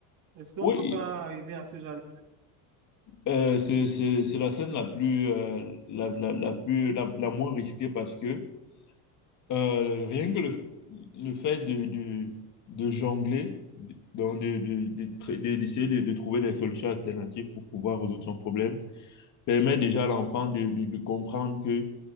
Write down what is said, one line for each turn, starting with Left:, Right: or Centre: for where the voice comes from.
Right: Est-ce qu'on
Left: Oui,
Right: ne peut pas arriver à ce genre de...
Left: euh, c'est, c'est, c'est la scène la plus, euh, la, la, la plus, la, la moins risquée parce que Euh, rien que le, f- le fait de, de, de jongler, de- donc de, de, de tr- de- d'essayer de, de trouver des solutions alternatives pour pouvoir résoudre son problème, permet déjà à l'enfant de, de, de comprendre que